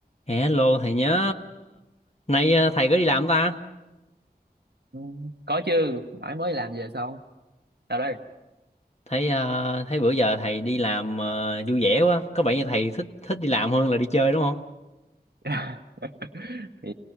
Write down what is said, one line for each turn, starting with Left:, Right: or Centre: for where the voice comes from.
Left: Hello thầy nhớ Nay ờ, thầy có đi làm không ta?
Right: Ừ, có chứ mãi mới làm về xong sao đây
Left: Thấy ờ, thấy bữa giờ thầy đi làm ờ, vui vẻ quá, có vẻ như thầy thích thích đi làm hơn là đi chơi đúng không?
Right: <laughs> thì